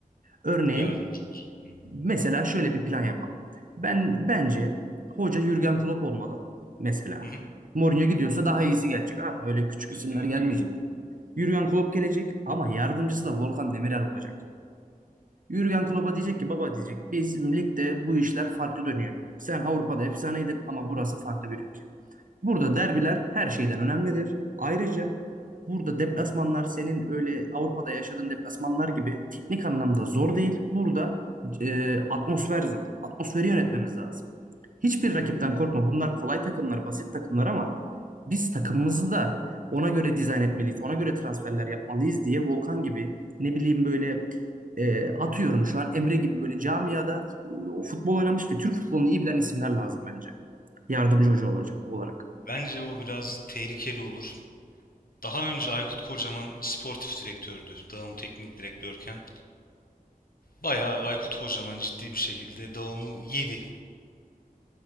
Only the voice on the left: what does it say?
Yardımcı olur. Hmm.
Hı hı.
Evet, değil
Doğru.
Bence o biraz tehlikeli olur. Daha önce Aykut Kocaman sportif direktördü. Dağım teknik direktörken. Bayağı Aykut Kocaman ciddi bir şekilde Davam'ı yedi.